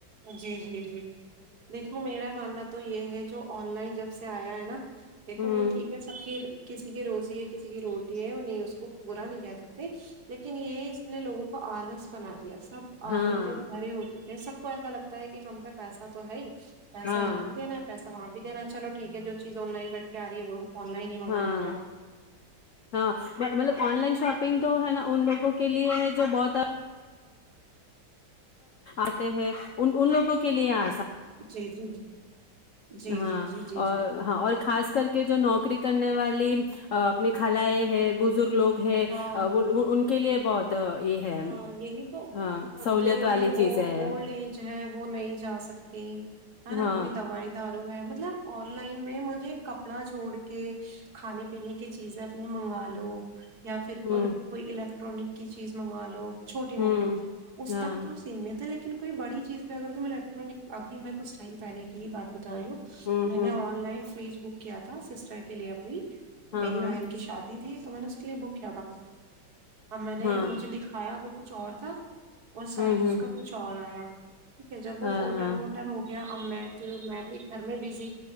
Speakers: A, on the right; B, on the left.
A: جی جی جی دیکھو میرا ماننا تو یہ جو آن لائن جب سے آیا ہے نا دیکھو
B: ہوں
A: وہ ٹھیک ہے سفیر کسی کی روزی ہے کسی کی روٹی ہے وہ نہیں اس کو برا نہیں کہ سکتے لیکن یہ اس نے لوگوں کو آلس بنا سب آلس
B: ہاں
A: بھرے ہو چک یہ سب کو ایسا لگتا ہے کہ ہم کا پیسا تو ہے ہی پیسہ
B: ہاں
A: یہاں بھی دینا ہے پیسا وہاں بھی دینا ہے چلو ٹھیک ہے جو چیز آن لائن بیٹھ آ رہی ہے وہ آن لائن ہی منگا
B: ہاں
A: لی جائے
B: ہاں مطلب آن لائن شاپ نگ تو ہے نا ان لوگوں کے لیے ہے جو بہت آتے ہیں ان ان لوگوں کے لیے آ
A: جی جی جی جی
B: ہاں
A: جی جی جی
B: اور
A: جی
B: ہاں اور خاص کر کے جو نوکری کرنے والی اپنی خلا ہے ہے بزرگ لوگ ہے
A: ہاں
B: وہ ان کے لیے بہت آ، یہ ہے
A: ہاں یہی تو
B: ہاں
A: اب
B: سہولیت
A: جو بڑی
B: والی
A: اولڈ
B: چیز ہے
A: ایج ہے وہ نہیں جا سکتی ہے نا
B: ہاں
A: کوئی دوائی د مطلب آن لائن میں مجھے کپڑا چھوڑ کے کھانے پینے کی چیزیں اپنے منگا لو یا پھر
B: ہوں
A: اور کوئی ٹرک کی چیز منگا لو چھوٹی موٹی
B: ہوں
A: اس
B: ہاں
A: تک تو سیمت ہے لیکن ل کوئی بڑی چیز بھی اگر تو میں لگ ہوں آگ میں کچھ ٹائمہے کی ہی بات بتائی
B: ہوں
A: میں
B: ہوں
A: نے آن لائن <unintelligible> فریج بک کیا تھا سسٹر <unintelligible> کے لیے اپنی
B: ہاں
A: میری
B: ہاں
A: بہن کی شادی تھی تو میں نے ج بک با <unintelligible> ہم نے
B: ہاں
A: دکھایا وہ کچھ اور تھا اور سائز
B: ہوں
A: اس
B: ہوں
A: کا کچھ اور آیا ٹھیک ہے جب وہ
B: ہاں
A: پورٹر
B: ہاں
A: وورٹر ہو گیا اب میں تو میں پ گھر میں بزی